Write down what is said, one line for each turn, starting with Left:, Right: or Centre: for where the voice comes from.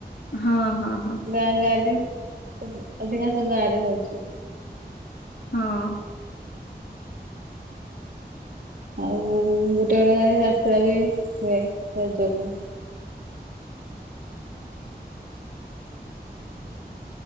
Left: ହଁ ହଁ ହଁ।
Right: ଗାଁ ଗାଁ ରେ ସବୁ ଅଧିକାଂଶ ଗାଁ ରେ ହଉଚି।
Left: ହଁ।
Right: ଆଉ ଗୋଟେ ଗୋଟେ ଗାଁରେ ଯାତ୍ରା ବି ହୁଏ ରଜକୁ।